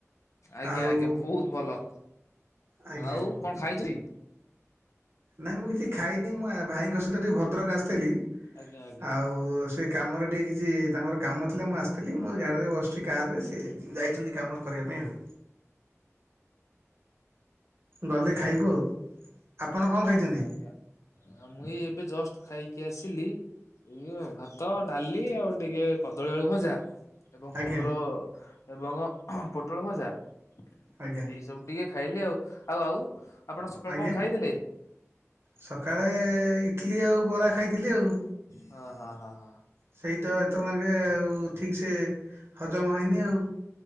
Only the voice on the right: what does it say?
ଆଉ
ଆଜ୍ଞା।
ନାଇଁ ମୁଁ କିଛି ଖାଇନି ମୁଁ ଭାଇଙ୍କ ସହିତ ଟିକେ ଭଦ୍ରକ ଆସିଥିଲି
ଆଉ
ସେ କାମରେ ଟିକେ କିଛି ତାଙ୍କର କାମ ଥିଲା ମୁଁ ଆସିଥିଲି ମୋ ଗାଡ଼ିରେ ବସିଛି କାରରେ ସେ ଯାଇଛନ୍ତି କାମରେ କରିବା ପାଇଁ ଆଉ। ଗଲେ
ଖାଇବୁ ଆଉ, ଆପଣ କଣ
ଖାଇଛନ୍ତି?
ଆଜ୍ଞା
ଆଜ୍ଞା
ଆଜ୍ଞା।
ସକାଳେ ଇଟଲି ଆଉ ବରା ଖାଇଥିଲି ଆଉ।
ସେଇ ତ ଏତେବେଳେ ଙ୍କେ ଆଉ ଠିକ ସେ ହଜମ
ହେଇନି ଆଉ।